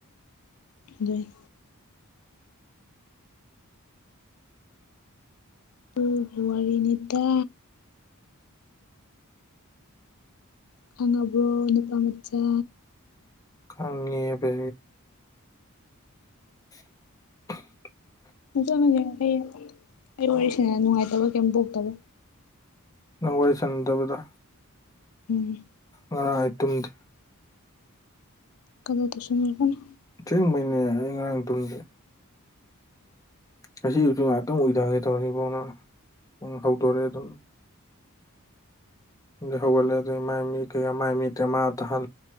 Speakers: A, on the left (about 70°); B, on the left (about 15°).
A: ꯂꯩꯣꯏ ꯇꯨ ꯐꯦꯋꯥꯔꯤꯅꯤꯇꯥ ꯈꯪꯉꯕꯣꯛ ꯅꯨꯄꯥ ꯃꯆꯥ
B: ꯈꯉꯤ ꯄ <unintelligible>
A: ꯅ ꯆꯠꯅꯁꯦ ꯑꯩ ꯑꯩ ꯋꯥꯔꯤꯁꯤꯅ ꯅꯨꯡꯉꯥꯏꯇꯕ ꯀꯔꯤꯝ ꯄꯣꯛꯇꯕ
B: ꯅꯪ ꯋꯥꯔꯤ ꯁꯅꯗꯕꯗ
A: ꯎꯝ
B: ꯉꯔꯥꯡ ꯑꯩ ꯇꯨꯝꯗꯦ
A: ꯀꯗꯣ ꯇꯁꯔꯕꯅ
B: ꯆꯨꯝꯕꯅꯦ ꯑꯩ ꯉꯔꯥꯡ ꯇꯨꯡꯗꯦ ꯉ ꯌꯁꯨ ꯉꯥꯏꯍꯥꯛꯇꯪ ꯑꯣꯏꯏꯊꯒꯦ ꯇꯧꯔꯅꯤ ꯐꯧꯅ ꯄꯨꯡ ꯍꯧꯗꯣꯔꯦ ꯑꯗꯨꯝ ꯍꯣꯒꯦ ꯑꯗꯨ ꯃꯥꯏꯃꯤ ꯀꯩꯌꯥ ꯃꯥꯏꯃꯤ ꯇ ꯃꯥꯥ ꯇꯍꯦ